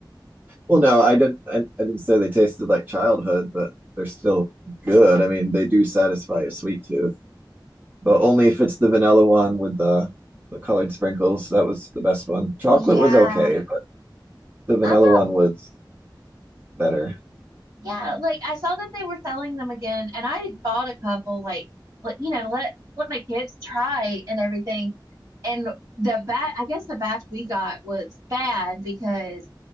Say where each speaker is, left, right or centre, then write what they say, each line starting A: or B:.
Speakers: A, on the right (about 25°); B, on the right (about 50°).
A: well, no, I didn't. I, I didn't say they tasted like childhood, but they're still good. I mean, they do satisfy a sweet tooth, but only if it's the vanilla one with the the colored sprinkles. That was the best one. Chocolate
B: Yeah.
A: was okay, but the vanilla
B: I got
A: one was better.
B: Yeah, like I saw that they were selling them again, and I bought a couple, like, like you know, to let let my kids try and everything. And the bat, I guess the batch we got was bad because